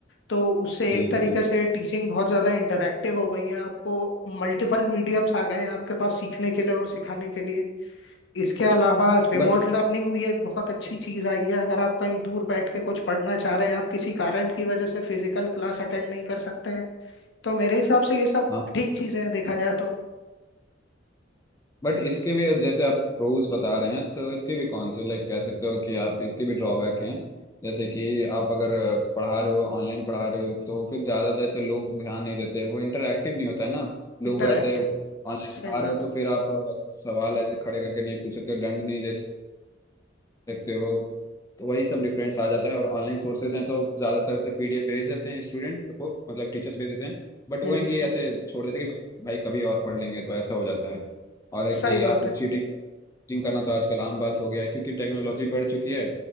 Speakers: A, on the left (about 70°); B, on the left (about 20°).
A: तो उससे
B: जी
A: एक तरीके
B: जी
A: से टीचिंग बहुत ज़्यादा इंटरैक्टिव हो गई है आपको मल्टीपल मीडियम्स आ गए हैं आपके पास सीखने के लिए और सिखाने के लिए इसके अलावा रिमोट
B: बट
A: लर्निंग भी एक बहुत अच्छी चीज़ आई है अगर आप कहीं दूर बैठ के कुछ पढ़ना चाह रहे हैं आप किसी कारण की वजह से फिजिकल क्लास अटेंड नहीं कर सकते हैं तो मेरे हिसाब से ये सब
B: हाँ
A: ठीक चीज़ें हैं देखा जाए तो
B: बट इसके भी जैसे आप प्रोज बता रहे हैं तो इसके भी कौन से लाइक कह सकते हो कि आप इसके भी ड्रॉबैक हैं जैसे कि आप अगर पढ़ा रहे हो ऑनलाइन पढ़ा रहे हो तो फिर ज़्यादातर ऐसे लोग ध्यान नहीं देते वो इंटरेक्टिव नहीं होता है ना लोग
A: इंटरैक्टिव
B: ऐसे ऑनलाइन
A: सही
B: पढ़ा
A: बात
B: रहे हो तो फिर आप सवाल ऐसे खड़े करके नहीं पूछ सकते दंड नहीं दे सकते हो तो वही सब डिफरेंस आ जाता है और ऑनलाइन सोर्सेज हैं तो ज़्यादातर ऐसे पीडीएफ भेज देते हैं स्टूडेंट को मतलब टीचर्स भेज देते हैं बट वो
A: है हम्म
B: है कि
A: हम्म,
B: ऐसे छोड़ देते हैं कि भाई कभी और पढ़ लेंगे तो ऐसा हो जाता है और है
A: सही
B: कि
A: बात
B: आप चीटिंग
A: है
B: चीटिंग करना तो आजकल आम बात हो गया है क्योंकि टेक्नोलॉजी बढ़ चुकी है